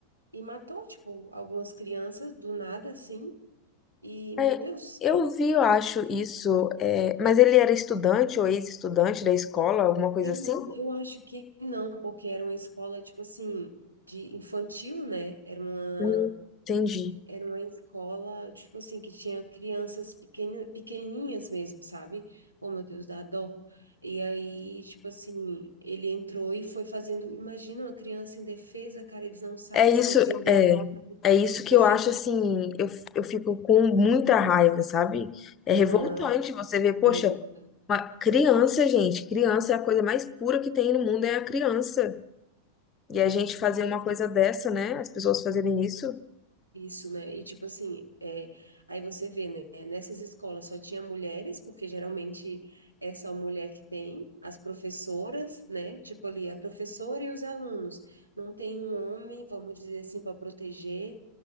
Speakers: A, on the right; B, on the left.
A: e matou, tipo, algumas crianças do nada, assim. E, meu
B: É,
A: Deus,
B: eu vi, eu acho isso. é, mas ele era estudante ou ex-estudante da escola, alguma coisa
A: eu,
B: assim?
A: eu acho que não, porque era uma escola, tipo assim, de infantil, né? Era uma,
B: Hum, Entendi.
A: era uma escola, tipo assim, que tinha crianças pequena, pequenininhas mesmo, sabe? Oh, meu Deus, dá dó. E aí, tipo assim, ele entrou e foi fazendo. Imagina uma criança indefesa, cara, eles não sabem
B: É isso,
A: se defender,
B: é,
A: sabe?
B: é isso que
A: Eu
B: eu
A: fico,
B: acho
A: assim,
B: assim, eu, eu fico com muita raiva, sabe? É
A: aham.
B: revoltante você ver, poxa,
A: Revoltante.
B: uma criança, gente, criança é a coisa mais pura que tem no mundo, é a criança. E a gente fazer uma coisa dessa, né? As pessoas fazerem isso.
A: Isso, né? E tipo assim, é, aí você vê, né? Nessas escolas só tinha mulheres, porque geralmente é só mulher que tem, as professoras, né? Tipo ali, a professora e os alunos. Não tem um homem, vamos dizer assim, para proteger.